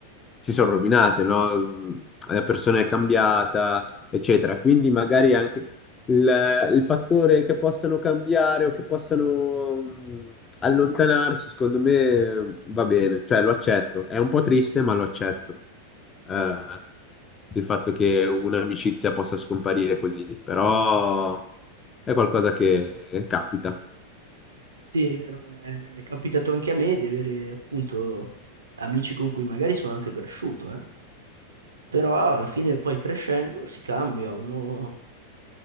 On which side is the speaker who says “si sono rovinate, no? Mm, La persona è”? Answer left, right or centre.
Left